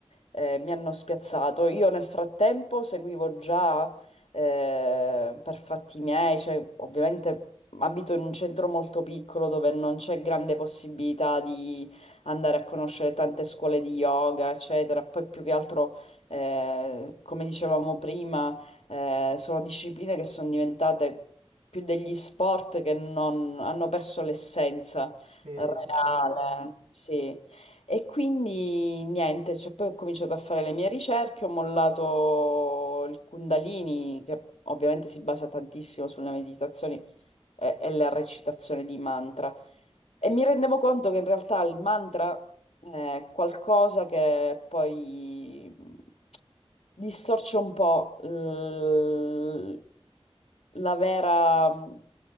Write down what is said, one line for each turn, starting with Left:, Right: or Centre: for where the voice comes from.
Left: eh, mi hanno spiazzato. Io nel frattempo seguivo già eh, per fatti miei, cioè ovviamente abito in un centro molto piccolo dove non c'è grande possibilità di andare a conoscere tante scuole di yoga, eccetera. Poi più che altro eh, come dicevamo prima, eh, sono discipline che sono diventate più degli sport che non hanno perso l'essenza
Right: Sì, è
Left: reale,
Right: difficilissimo.
Left: sì. E quindi niente, cioè, poi ho cominciato a fare le mie ricerche, ho mollato il Kundalini, che ovviamente si basa tantissimo sulle meditazioni e, e la recitazione di mantra. E mi rendevo conto che in realtà il mantra eh, è qualcosa che poi mh, distorce un po' l- la vera mh,